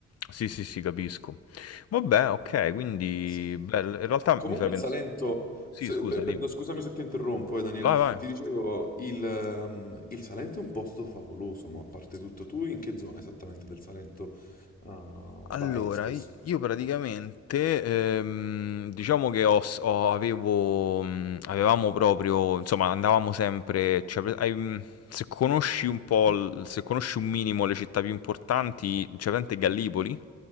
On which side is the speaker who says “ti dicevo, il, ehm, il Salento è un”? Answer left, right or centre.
Left